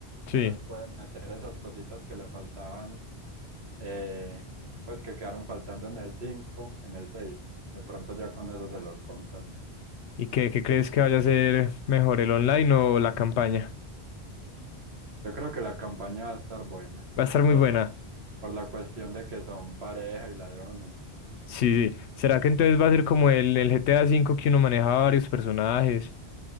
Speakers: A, on the left; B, on the right.
A: Sí.
B: Entonces pueden meter esas cositas que le faltaban, eh, pues que quedaron faltando en el 5 en el seis De pronto ya con eso se los compran.
A: ¿Y qué, qué crees que vaya a ser mejor, el online o la campaña?
B: Yo creo que la campaña va a estar buena,
A: Va a estar muy
B: por,
A: buena.
B: por la cuestión de que son pareja y ladrones.
A: Sí, sí. ¿Será que entonces va a ser como el, el GTA V que uno maneja varios personajes?